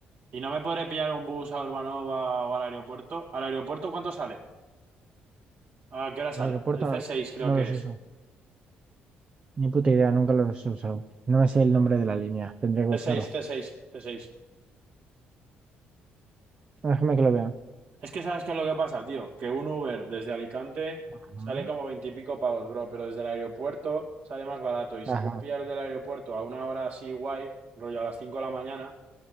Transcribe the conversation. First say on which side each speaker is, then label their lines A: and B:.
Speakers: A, on the right (about 60°); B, on the right (about 30°).
A: ¿Y no me podré pillar un bus a Urbanova o al aeropuerto? ¿Al aeropuerto cuánto sale? ¿A qué hora
B: El
A: sale?
B: aeropuerto
A: El
B: no,
A: c seis, creo
B: no
A: que
B: los uso,
A: es.
B: ni puta idea, nunca los he usado. No me sé el nombre de la línea, tendré que buscarlo.
A: c seis, c seis, c seis.
B: Déjame que lo vea.
A: Es que sabes qué es lo que pasa, tío. Que un Uber desde Alicante
B: Ajá,
A: sale como veintipico pavos, bro, pero desde el aeropuerto sale más barato. Y
B: ajá,
A: si puedo pillar el del aeropuerto a una hora así guay, rollo a las 5 de la mañana.